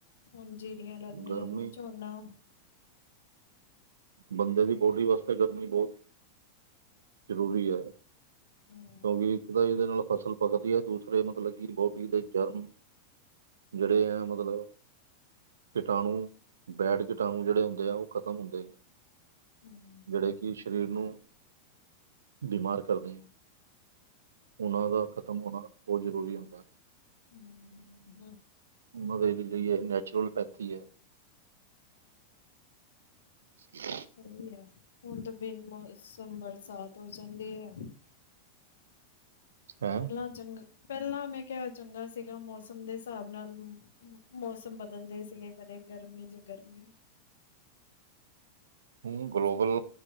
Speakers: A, on the left; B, on the right.
A: ਹੁਣ ਜੀਰੀਆਂ ਲੱਗਣੀਆਂ
B: ਗਰਮੀ
A: ਨੇ ਝੋਨਾ।
B: ਬੰਦੇ ਦੀ ਬੋਡੀ ਵਾਸਤੇ ਗਰਮੀ ਬਹੁਤ ਜ਼ਰੂਰੀ ਆ।
A: ਹੂੰ
B: ਕਿਉਂਕਿ ਇੱਕ ਤਾਂ ਇਹਦੇ ਨਾਲ ਫ਼ਸਲ ਪੱਕਦੀ ਐ। ਦੂਸਰੇ ਮਤਲਬ ਕਿ ਬਾਡੀ ਦੇ ਜਰਮ। ਜਿਹੜੇ ਆ ਮਤਲਬ। ਕੀਟਾਣੂ, ਬੈਡ ਕੀਟਾਣੂ ਜਿਹੜੇ ਹੁੰਦੇ ਆ ਉਹ ਖ਼ਤਮ ਹੁੰਦੇ ਆ।
A: ਹਮ।
B: ਜਿਹੜੇ ਕਿ ਸਰੀਰ ਨੂੰ ਬਿਮਾਰ ਕਰਦੇ। ਉਨ੍ਹਾਂ ਦਾ ਖ਼ਤਮ ਹੋਣਾ ਬਹੁਤ ਜ਼ਰੂਰੀ ਹੁੰਦਾ ਹੈ।
A: ਹਮ ਹਮ।
B: ਉਹਨਾਂ ਦੇ ਲਈ ਨੈਚੁਰਲਪੈਥੀ ਹੈ। <inaudible>
A: ਸਹੀ ਹੈ ਹੁਣ ਤਾਂ ਬਿਨ ਮੌਸਮ ਬਰਸਾਤ ਹੋ ਜਾਂਦੀ ਹੈ।
B: ਹਾਂ
A: ਪਹਿਲਾਂ ਚੰਗਾ ਪਹਿਲਾਂ ਮੈਂ ਕਿਹਾ ਚੰਗਾ ਸੀਗਾ ਮੌਸਮ ਦੇ ਹਿਸਾਬ ਨਾਲ। ਮੌਸਮ ਬਦਲਦੇ ਸੀਗੇ ਕਦੇ ਗਰਮੀ ਚ' ਗਰਮੀ।
B: ਹਮ, ਗਲੋਬਲ
A: ਸਭ